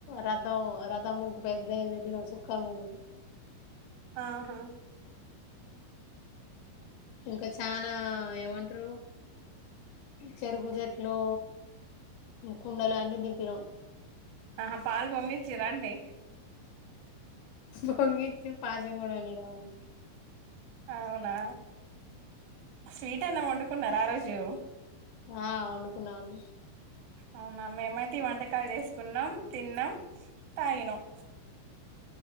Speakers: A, on the left; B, on the right.
A: రథం రథం ముగ్గు పెద్ద పెట్టినా సుక్కర్ ముగ్గులు
B: ఆహా
A: ఇంకా చనా ఏమంటారు చెరుకు చెట్లు కుండలు అన్ని దింపినాం
B: ఆహా పాలు పొంగించరా అండి
A: పొంగించి పాయసం కూడా వండినం అండి
B: అవునా స్వీట్ అన్నా వండుకున్నార ఆ రోజు
A: ఆ వండుకున్నామండి
B: అవునా మేమైతే ఈ వంటకాలు చేసుకున్నాం తిన్నాం తాగినం